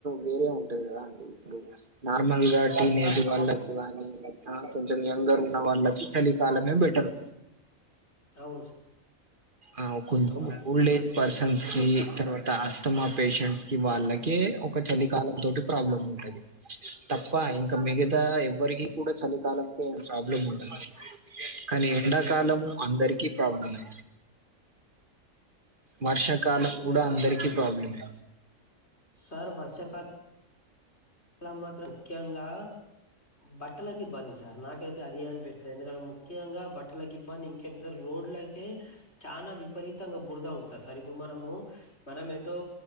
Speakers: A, on the right (about 40°); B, on the left (about 55°).
A: వేరే ఉంటది కదా అండి ఇప్పుడు నార్మల్ గా టీనేజ్ వాళ్ళకు కాని లే కొంచెం ఎంగర్ ఉన్న వాళ్ళకి చలికాలమే బెటర్
B: అవును
A: ఆ
B: సార్
A: కొంచెం
B: అవును.
A: ఓల్డ్ అయితే పర్సన్స్ కి తర్వాత అస్తమా పేషెంట్స్ కి వాళ్ళకే ఒక చలికాలం తోటి ప్రాబ్లం ఉం టది తప్ప ఇంకా మిగతా ఎవ్వరికి కూడా చలికాలంతో ఏం ప్రాబ్లం ఉండదు కానీ ఎండాకాలము అందరికీ ప్రాబ్లమే వర్షాకాలం
B: ఎండాకాలం
A: కూడా అందరికీ
B: అన్
A: ప్రాబ్లమే
B: సార్ వర్షాకాల లం మాత్రం ముఖ్యంగా బట్టలకి ఇబ్బంది సార్ నాకైతే అది అని ఎందుకంటే ముఖ్యంగా బట్టలకు ఇబ్బంది ఇంకేటి సార్ రోడ్లు అయితే చాలా విపరీతంగా బురుద్ ఉంటది సార్ ఇప్పుడు మనము మనం ఎటో